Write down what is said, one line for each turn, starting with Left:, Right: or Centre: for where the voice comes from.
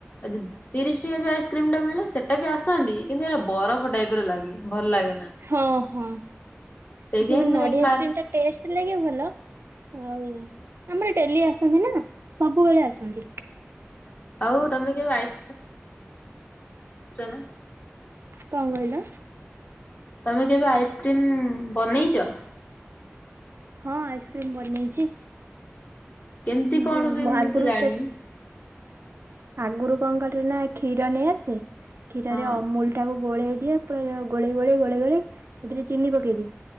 Left: ଯ ତିରିଶ ଟିକେ ଯୋଉ ଆଇସ୍କ୍ରିମଟା ମିଳେ, ସେଟା ବି ଆସନ୍ତି କିନ୍ତୁ ଏଟା ବରଫ ଟାଇପର ଲାଗେ ଭଲ ଲାଗେ ନା।
Right: ହଁ ହଁ
Left: ସେଇଥିପାଇଁ
Right: କିନ୍ତୁ
Left: ମୁଁ
Right: ନଡିଆ
Left: ଯାଇକି
Right: ଆଇସ୍କ୍ରିମଟା
Left: ମାର୍
Right: ଟେଷ୍ଟ ସେଥିଲାଗି ଭଲ ଆଉ ଆମର ଡେଲି ଆସନ୍ତି, ନା ସବୁବେଳେ ଆସନ୍ତି।
Left: ଆଉ ତମେ କେବେ ଆଇସି ଚନା
Right: କଣ କହିଲ।
Left: ତମେ କେବେ ଆଇସ୍କ୍ରିମ୍ ବନେଇଛ।
Right: ହଁ ଆଇସ୍କ୍ରିମ୍ ବନେଇଛି।
Left: କେମିତି କଣ
Right: ଯୋଉ
Left: ହୁଏ ମୁଁ
Right: ଆଗରୁ
Left: ତ ଜାଣିନି।
Right: ଆଗରୁ କଣ କରେ ନା କ୍ଷୀର ନେଇଆସେ କ୍ଷୀରରେ
Left: ହଁ
Right: ଅମୁଲ ତାକୁ ଗୋଳେଇ ଦିଏ ପୁରା ଗୋଳେଇ ଗୋଳେଇ ଗୋଳେଇ ଗୋଳେଇ ସେଥିରେ ଚିନି ପକେଇ ଦିଏ